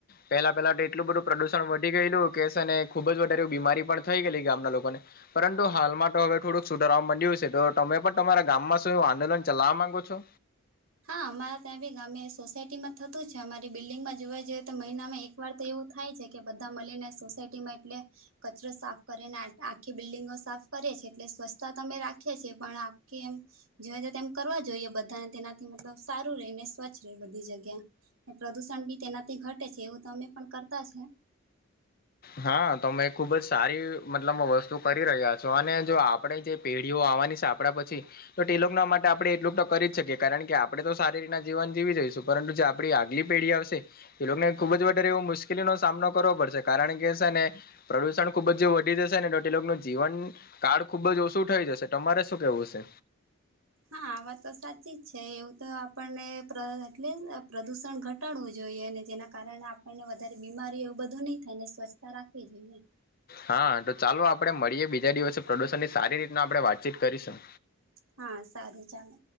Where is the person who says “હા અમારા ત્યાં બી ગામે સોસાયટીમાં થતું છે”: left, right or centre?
Right